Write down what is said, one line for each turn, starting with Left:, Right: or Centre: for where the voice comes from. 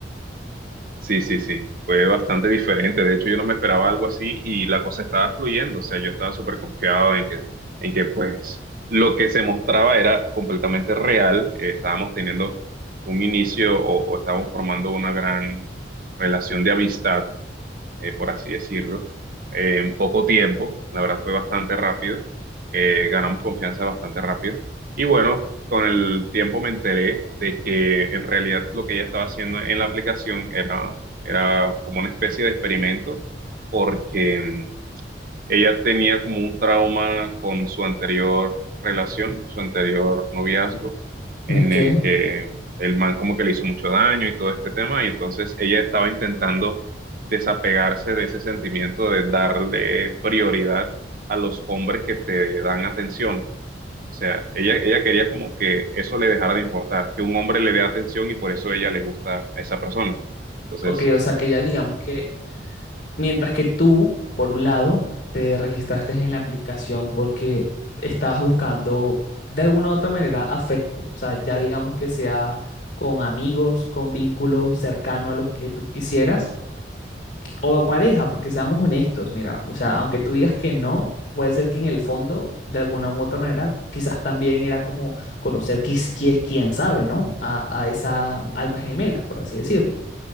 Right: Sí, sí, sí, fue bastante diferente. De hecho, yo no me esperaba algo así y la cosa estaba fluyendo. O sea, yo estaba súper confiado en que, en que, pues, lo que se mostraba era completamente real. Eh, estábamos teniendo un inicio o, o estábamos formando una gran relación de amistad eh, por así decirlo, eh, en poco tiempo. La verdad fue bastante rápido. eh, ganamos confianza bastante rápido. Y bueno, con el tiempo me enteré de que en realidad lo que ella estaba haciendo en la aplicación era, era como una especie de experimento porque... mm, ella tenía como un trauma con su anterior relación, su anterior noviazgo, en
Left: Es que,
Right: el que el man como que le hizo mucho daño y todo este tema, y entonces ella estaba intentando desapegarse de ese sentimiento de darle prioridad a los hombres que te dan atención. O sea, ella, ella quería como que eso le dejara de importar, que un hombre le dé atención y por eso ella le gusta a esa persona. Entonces,
Left: ok, o sea que ya digamos que Mientras que tú, por un lado, te registraste en la aplicación porque estabas buscando de alguna u otra manera afecto, o sea, ya digamos que sea con amigos, con vínculos cercano a lo que tú quisieras, o pareja, porque seamos honestos, mira, o sea, aunque tú digas que no, puede ser que en el fondo, de alguna u otra manera, quizás también era como conocer, quién, quién sabe, ¿no? A, a esa alma gemela, por así decirlo.